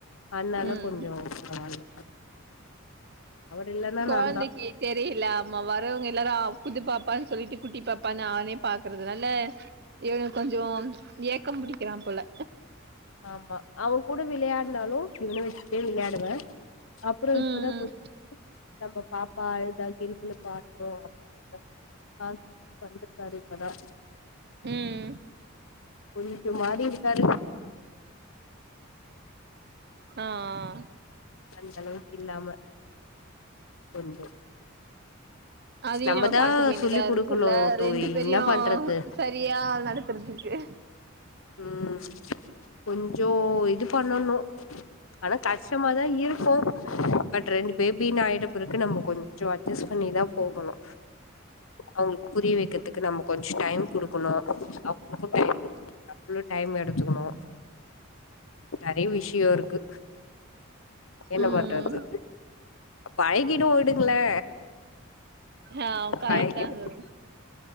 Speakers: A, on the left (about 75°); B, on the right (about 50°).
A: அதுனால
B: ம், ம்.
A: கொஞ்சோ பரவால்ல அவர் இல்லன்னா
B: கொழந்தைக்கு
A: நான்தா
B: தெரியல ஆமா வர்றவங்க எல்லாரு புதுப்பாப்பான்னு சொல்லிட்டு குட்டி பாப்பான்னு அவனயே பாக்குறதுனால இவே கொஞ்சோ ஏக்கம் புடிக்கிறா போல
A: ஆமா அவன் கூட விளையாடுனாலு இவன வச்சுட்டே விளையாடுவே அப்பறோ
B: ம்,
A: இப்பதா
B: ம்,
A: கொஞ்ச நம்ம பாப்பா அழுதா கிரிபில பாட்டோ அப்டின்ற ஆ தந்துருக்காரு இப்பதா
B: ம்
A: கொஞ்சம் மாறி இருக்காரு
B: ஆ ஆ
A: அந்த அளவுக்கு இல்லாம கொஞ்சோ
B: அதயு
A: நம்மதா
B: நம்ம பாத்துக்க வேண்டியதா
A: சொல்லி் குடுக்கணு
B: இருக்குல்ல
A: தோழி
B: ரெண்டு பேரையு
A: என்ன பண்றது
B: சரியா நடத்துறதுக்கு
A: ம் கொஞ்சோ இது பண்ணணு ஆனா கஷ்டமாதா இருக்கு பட் ரெண்டு பேபின்னு ஆயிட்ட பெறக்கு நம்ம கொஞ்சோ அட்ஜஸ்ட் பண்ணிதா போகணு அவங்களுக்கு புரிய வைக்கிறதுக்கு நம்ம கொஞ்சோ டைம் குடுக்கணு <inaudible> நம்மளு டைம் எடுத்துக்கணு நெறைய விஷயோ இருக்கு என்ன
B: ம்.
A: பண்றது பழகிடு விடுங்களே
B: ஆ கரெக்ட்
A: பழக்கிடு
B: தான் தோழி.